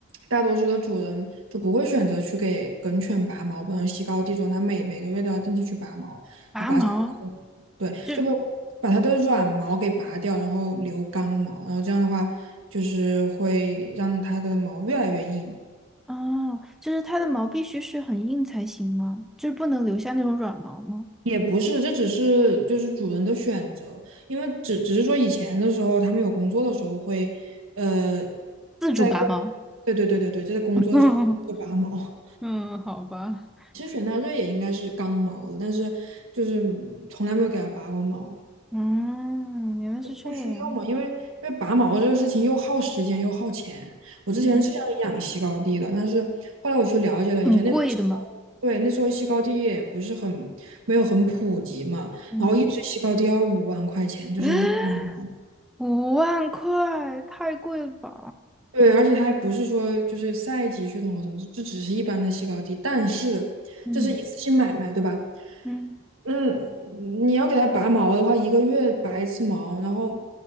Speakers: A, on the right; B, in the centre.
A: 大多数的主人就不会选择去给梗犬拔毛，不能西高地重，它每每个月都要定期去拔毛，然后拔出
B: 拔毛
A: 对，
B: 就
A: 就把把它的软毛给拔掉，然后留刚毛，然后这样的话就是会让它的毛越来越硬。
B: 哦，就是它的毛必须是很硬才行吗？就是不能留下那种软毛吗？
A: 也不是，这只是就是主人的选择，因为只只是说以前的时候，他们有工作的时候会，呃，
B: 自主拔毛。
A: 在工，对对对对对，就在工作的时候会拔毛。
B: <laughs> 嗯，好吧。
A: 其实雪纳瑞也应该是刚毛的，但是就是从来没有给它拔过毛。
B: 嗯，原来是这样。
A: 不需要嘛，因为因为拔毛这个事情又耗时间又耗钱。我之前是想养西高地的，
B: 嗯。
A: 但是后来我去了解了一下，
B: 很贵的嘛，
A: 那时候西高对那时候西高地也不是很没有很普及嘛，
B: 嗯
A: 然后一只西高地要五万块钱，就是一般的。
B: <gasps> 五万块太贵了吧？
A: 对，而且它还不是说就是赛级血统或什么，这只是一般的西高地，但是这是一次性买卖，
B: 嗯
A: 对吧？
B: 嗯
A: 嗯，你要给它拔毛的话，一个月拔一次毛，然后